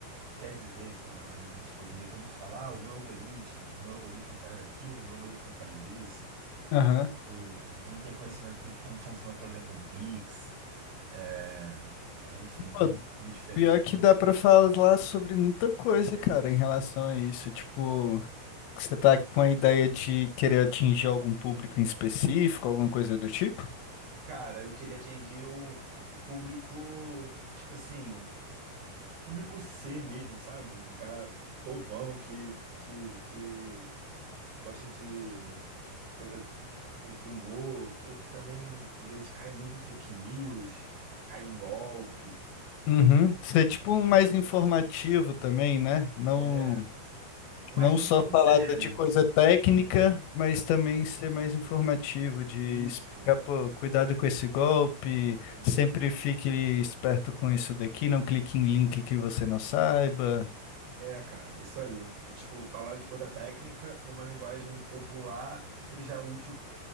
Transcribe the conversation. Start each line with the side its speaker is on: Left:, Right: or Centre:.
Right: que quer dizer, sei lá, né? Tipo, hoje em dia todo mundo fala, ah, o meu algoritmo, o meu algoritmo faz aquilo, o meu algoritmo faz isso.
Left: aham.
Right: O, não tem conhecimento do que como funciona, por exemplo, um Pix. É, é, enfim,
Left: Pô,
Right: não sabe a diferença.
Left: pior
Right: do-
Left: que dá pra falar sobre muita coisa, cara, em relação a isso. Tipo, você tá com a ideia de querer atingir algum público em específico, alguma coisa do tipo?
Right: Cara, eu queria atingir o, o público, tipo assim, público C mesmo, sabe? Um cara povão que, que, que que gosta de coisa de humor, ou que também às vezes cai muito em fake news, cai em golpe.
Left: Uhum. Ser
Right: né?
Left: tipo um mais informativo também, né? Não.
Right: É, mas
Left: Não
Right: não
Left: só
Right: tão
Left: falar
Right: sério.
Left: da- de coisa técnica, mas também ser mais informativo, de
Right: Isso,
Left: explicar, pô, cuidado com esse golpe,
Right: isso.
Left: sempre fique esperto com isso daqui, não clique em link que você não saiba.
Right: É, cara, isso aí. É tipo falar de coisa técnica numa linguagem popular que seja útil